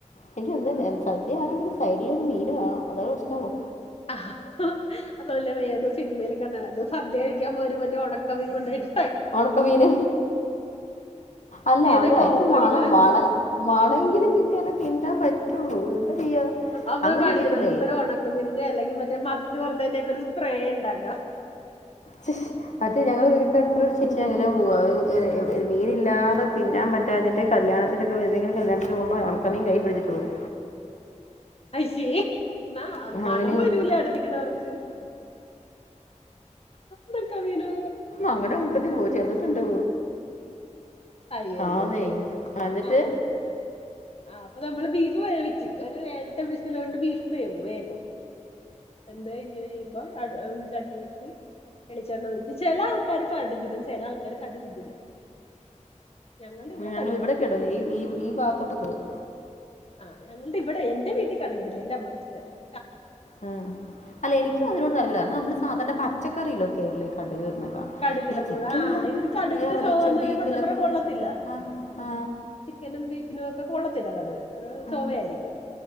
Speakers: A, on the left; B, on the left.
A: എനിക്ക് എന്താ സദ്യയാണെങ്കിൽ സൈഡിൽ ഒരു മീൻ വേണം അതൊ പ്രശ്നമവു
B: ആ അതൊല്ലേ ഏതോ സിനിമയിലൊ ക നടട സദ്യ കഴിക്കാൻ പോ മറ്റേ ഒണക്ക മീൻ കൊണ്ടയിട്ട്
A: ഒണകമീന അല്ല
B: ഏതോ
A: അത്
B: കോമഡിയില്
A: അയിന്രു മാണ മാണ മാണമെങ്കിലും കിട്ടിയാല പിന്താ പറ്റുള്ളൂ ചെയ്യുക
B: അതൊരു
A: അങ്ങനെ
B: പണിയാ
A: ചെയ്യില്ലേ
B: നമുക്കൊ ഒരു ഉണക്കമിന്റെ അല്ലെങ്കിൽറ്റ പക്ഷെ മറ്റ വെറുതന്റെക്കെ ഒരു സ്പ്രേ ഉണ്ടാക്ക
A: ഛ്, മറ്റേ ഞങ്ങ വീട്ടിലടുത്തോട് ചിറ്റി അങ്ങനെ പോക അ മീനല്ലാതെ തിന്നാൻ പറ്റ കറ്റാഞ്ഞിട്ട്ല്യാണത്തിനൊെ വേതെങ്കിലും കല്യാത്തിന് പോകുമ്പോ ഒണക്ക മി കൈ പിടിച്ചട്ട് പോകും
B: ഐശേ എന്ന മണം
A: അങ്ങനെ
B: വരൂല അടുത്തിക്കുന്നവർക്ക് ന്തക്ക വീണു
A: അങ്ങന മുപ്പത്തി പോ ചെന്നിട്ടുണ്ട്
B: ആയി ആയി
A: ആന്നേ
B: ഉത
A: എന്നിട്ട്
B: ആ അപ്പൊ നമ്മള് ബീഫ് വേവിച്ച് ഒരു ഏഴട്ട്സ് വിസിലോണ്ട് ബീഫ് വേവും വേഗം എന്ത് കഴിഞ്ഞ് കഴിയുമ്പോ അ ചട്ടി വെച്ച് എളിച്ചെണ്ണഴിച്ചു ചെല ആൾക്കാര് കട്കിട്ടും ചില ആൾക്കാര് കട്ക് ട്ടില്ല ഞങ്ങളുടെ ഇവിടെ
A: ഞങ്ങൾ ഇവിടെ ക്കെടും ഈ ഈ ഭാഗത്തോട്ടൊക്കടും
B: ആഹ്ഞങ്ങുടെ ഇവിടെ എന്റെ വീട്ടിൽ കടകടല്ല എന്റെ അമ്മക്ക് ഇഷ്ടമല്ലാേ
A: ഉ അല്ല എനിക്കും അതിനോട് തല്പര്യം കാരണം നമ്മള് സാധാരണ പച്ചക്കറയിലൊക്കെ ഉള്ള കട
B: കടുകിടണത്
A: ഈ ചിക്കനിലും
B: ആഹ് ഇത് കടുകിന്റെ
A: വേറെ
B: ചൊവന്ന്
A: ച ബീഫിലൊക്കെ
B: സത്യം പറഞ്ഞ കൊള്ളത്തില്ല
A: ആ ആ
B: ചിക്കനും ബീഫിനും കൊള്ളത്തില്ല കടുക്
A: ആ
B: ചുമയായിരിക്കും